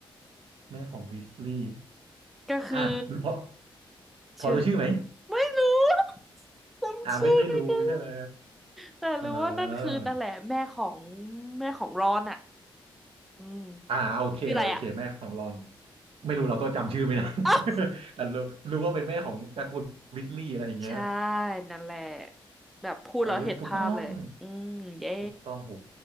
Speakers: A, on the right; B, in the centre.
A: แม่ของวิสลีย์
B: ก็คือ
A: อ่ารู้พอพอรู้ชื่อไหม
B: ชื่อไม่รู้ <laughs> จำชื่อไม่ได้
A: อ่าไม่ไม่รู้ใช่ไหม
B: แต่รู้ว่านั่นคือนั่นแหละแม่ของ
A: เออ
B: แม่ของรอนอ่ะอืม
A: อ่าโอเคโอเคแม่ของรอน
B: ชื่ออะไรอ่ะ <laughs>
A: ไม่รู้เราก็จำชื่อไม่ได้
B: อ้าว
A: <laughs> แต่รู้รู้ว่าเป็นแม่ของตระกูลวิสลีย์อะไรอย่างเงี้ย
B: ใช่นั่นแหละแบบพูดแล้วเห็นภาพเลยอืมเย้
A: โอ้ยถูกต้อง ถูกต้องโห